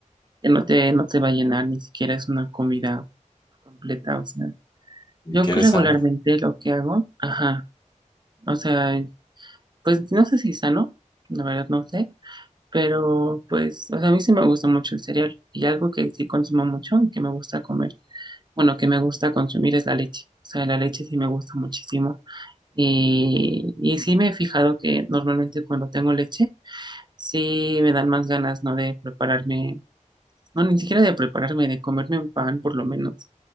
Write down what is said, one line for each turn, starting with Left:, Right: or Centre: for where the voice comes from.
Right: que no te, no te va a llenar, ni siquiera es una comida completa. O sea,
Left: Y
Right: yo
Left: que eres
Right: regularmente
Left: sano.
Right: lo que hago, ajá, o sea, pues no sé si es sano, la verdad no sé, pero pues, o sea, a mí sí me gusta mucho el cereal y algo que sí consumo mucho y que me gusta comer bueno, que me gusta consumir es la leche. O sea, la leche sí me gusta muchísimo. Y, y sí me he fijado que normalmente cuando tengo leche, sí me dan más ganas, ¿no? De prepararme, no, ni siquiera de prepararme, de comerme un pan por lo menos